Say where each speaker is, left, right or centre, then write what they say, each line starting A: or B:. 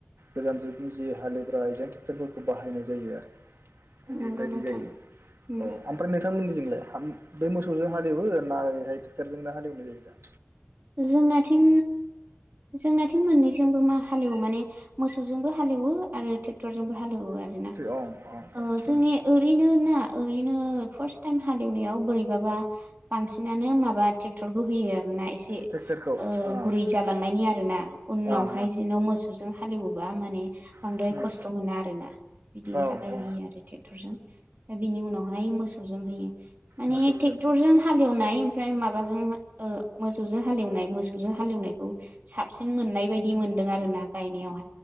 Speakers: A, on the right; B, on the right.
A: गोदान जुगनि जे हालेवग्रा आइजें ट्रेक्टरफोरखौ बाहायनाय जायो आरो। बेबायदि
B: नंगौ नोंथां
A: जायो औ
B: उम
A: ओमफ्राय नोंथांमोननि जिं बै मोसौजों हालेवो ना ओरैहाय ट्रेक्टरजोंनो हालेवनाय जायो दा?
B: जोंनाथिं जोंनाथिं मोननैजोंबो मा हालेवो माने मोसौजोंबो हालेवो आरो थ टक्टरबो हालेवआ आरोोना
A: अ अ
B: औ
A: अ थिग
B: जोंनि ओरैनो ना ओरैनो फार्स्टल टाइम हालेवनायाव बोरैबाबा बांसिनानो माबा ट्रेक्टरखौ होयो आरोना एसे
A: ट्रेक्टरखौ आदसा
B: गुरै जालांनायनि आरो ना उनावहाय
A: ओं
B: जेन' मोसौ जों हालेवोबा माने बांद्राय
A: ओं
B: खस्थ मोना आरोना बिदिनि
A: औ
B: थाखाय
A: औ
B: होयो आरो ट्रेक्टरजों ओमफ्राय बिनि उनावहाय मोसौ <unintelligible> माने
A: मोसौजों
B: ट्रेक्टरजों हालेवनाय ओमफ्राय माबाजों ओ मोसौजों जों हालेवनाय मोसौजों हालेवनायखौ साबसिन मोननाय बायदि मोन्दों आरो ना गायनायाव